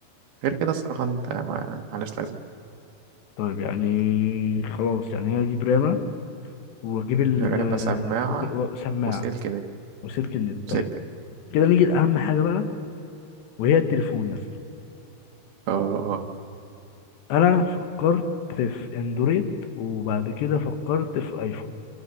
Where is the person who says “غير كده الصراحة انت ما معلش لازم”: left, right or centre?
Right